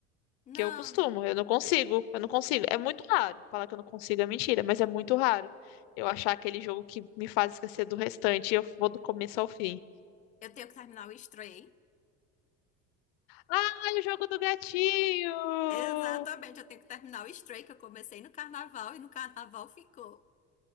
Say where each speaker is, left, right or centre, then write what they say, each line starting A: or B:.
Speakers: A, on the left (about 25°); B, on the left (about 85°).
A: Não,
B: Que eu costumo,
A: não.
B: eu não consigo, eu não consigo. É muito raro. Falar que eu não consigo é mentira, mas é muito raro eu achar aquele jogo que me faz esquecer do restante e eu vou do começo ao fim.
A: Eu tenho que terminar o Stray.
B: Ai, o jogo do gatinho!
A: Exatamente, eu tenho que terminar o Stray, que eu comecei no carnaval e no carnaval ficou.